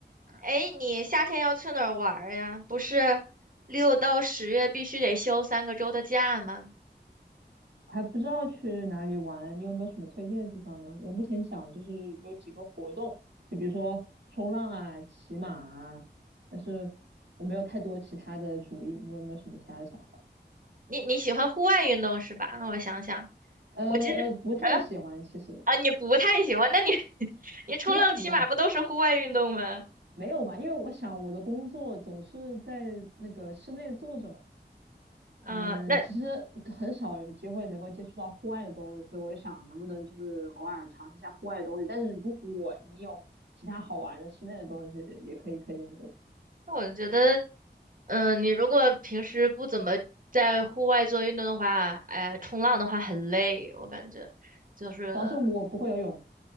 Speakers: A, on the right; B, on the right.
A: 哎，你夏天要去哪儿玩儿呀？不是六到十月必须得休三个周的假吗？
B: 还不知道去哪里玩，你有没有什么推荐的地方呢？我目前想就是有几个活动，就比如说冲浪啊、骑马啊，但是我没有太多其他的主意，你有没有什么其他的想法？
A: 你你喜欢户外运动是吧？那我想想，
B: 呃呃，
A: 我其实，
B: 不太喜欢，
A: 嗯
B: 其实
A: 啊，你不太喜欢，那你 <laughs> 你冲浪、
B: 是这样子的啊
A: 骑马不都是户外运动吗？
B: 没有吧？因为我想我的工作总是在那个室内坐着嘛，
A: 嗯、
B: 嗯，
A: 那
B: 其实很少有机会能够接触到户外的东西，所以我就想能不能就是偶尔尝试一下户外的东西。但是如果你有其他好玩的室内的东西，也可以推荐给我。
A: 那我觉得，嗯、你如果平时不怎么在户外做运动的话，哎，冲浪的话很累，我感觉就是，
B: 主要是我不会游泳，